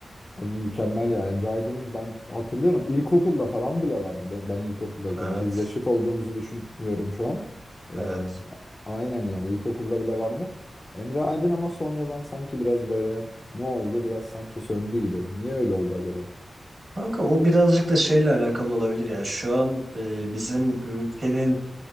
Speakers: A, on the left (about 30°); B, on the right (about 45°).
A: Abi mükemmel ya. Emre Aydın'ın ben hatırlıyorum ilkokulda falan bile vardı. Ben, ben ilkokuldayken.
B: Evet.
A: Biz yaşıt olduğumuzu düşünüyorum şu an. Ee,
B: Evet.
A: aynen yani ilkokulda bile vardı. Emre Aydın ama sonradan sanki biraz böyle ne oldu biraz sanki söndü gibi. Niye öyle oldu acaba?
B: Kanka bu birazcık da şeyle alakalı olabilir ya. Şu an e, bizim ülkenin